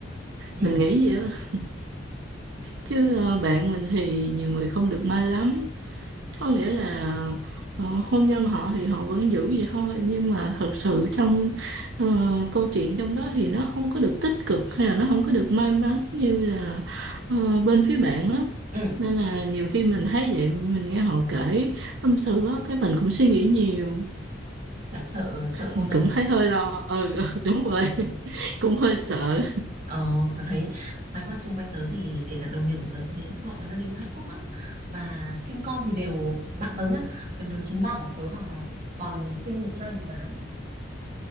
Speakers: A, on the right; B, on the right.
A: ừ
B: mình nghĩ vậy á chứ ờ, bạn mình thì nhiều người không được may lắm có nghĩa là ờ, hôn nhân họ thì họ vẫn giữ vậy thôi nhưng mà thật sự trong ờ, câu chuyện trong đó thì nó không có được tích cực hay là nó không có được may mắn như là ờ, bên phía bạn á
A: ừ
B: nên là nhiều khi mình thấy vậy mình nghe họ kể tâm sự á cái mình cũng suy nghĩ nhiều
A: lại sợ sợ khôn
B: mình
A: dần
B: cũng thấy hơi lo ừ ừ, đúng rồi <laughs> cũng hơi sợ
A: ờ tớ thấy mấy con xung quanh tớ thì kể cả đồng nghiệp của tớ cũng thế mọi người gia đình cũng hạnh phúc lắm và sinh con thì đều bạn tớ nhá cái đứa chính bạn của tớ là toàn sinh một trai một gái